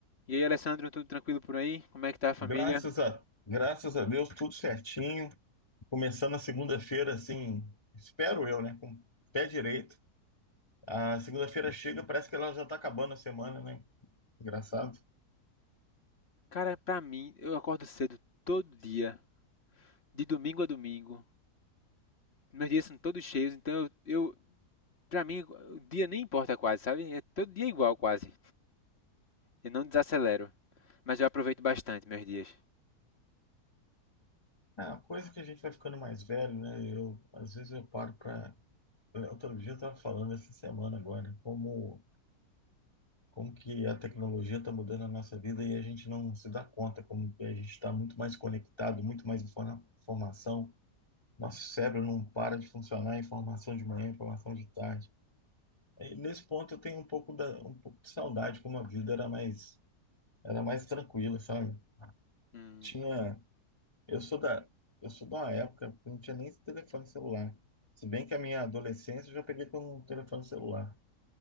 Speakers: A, on the left; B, on the left.
A: E aí, Alessandro, tudo tranquilo por aí? Como é que tá a família?
B: Graças a, graças a Deus, tudo certinho. Começando a segunda-feira, assim, espero eu, né? Com o pé direito. A segunda-feira chega, parece que ela já tá acabando a semana, né? Engraçado.
A: Cara, pra mim, eu acordo cedo todo dia, de domingo a domingo. Meus dias são todos cheios, então eu, eu pra mim, o dia nem importa quase, sabe? É todo dia igual quase. Eu não desacelero, mas eu aproveito bastante meus dias.
B: É uma coisa que a gente vai ficando mais velho, né? Eu, às vezes eu paro pra. Outro dia eu tava falando essa semana agora, como, como que a tecnologia tá mudando a nossa vida e a gente não se dá conta, como que a gente tá muito mais conectado, muito mais informa- informação. Nosso cérebro não para de funcionar, informação de manhã, informação de tarde. E nesse ponto eu tenho um pouco, da, um pouco de saudade, como a vida era mais, era mais tranquila, sabe?
A: Hum,
B: Tinha, eu sou da, eu sou de uma época que não tinha nem esse telefone celular. Se bem que a minha adolescência eu já peguei com um telefone celular.